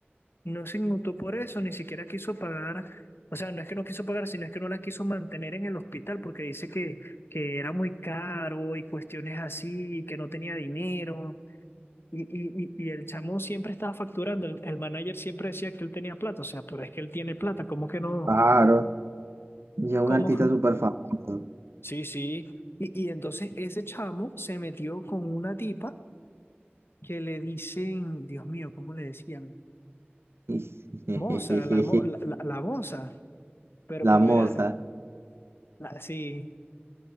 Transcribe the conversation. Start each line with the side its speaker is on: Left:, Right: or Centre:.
Left: no se inmutó por eso, ni siquiera quiso pagar, o sea, no es que no quiso pagar, sino es que no la quiso mantener en el hospital porque dice que, que era muy caro y cuestiones así, y que no tenía dinero. Y, y, y y el chamo siempre estaba facturando, el, el manager siempre decía que él tenía plata, o sea, pero es que él tiene plata, ¿cómo que no?
Right: Claro. Yo un
Left: Como,
Right: artista súper famoso.
Left: sí, sí. Y, y entonces ese chamo se metió con una tipa que le dicen, Dios mío, ¿cómo le decían?
Right: <laughs>
Left: Moza, la, mo- la, la- la moza. Pero,
Right: La
Left: pero
Right: moza.
Left: era, la- sí,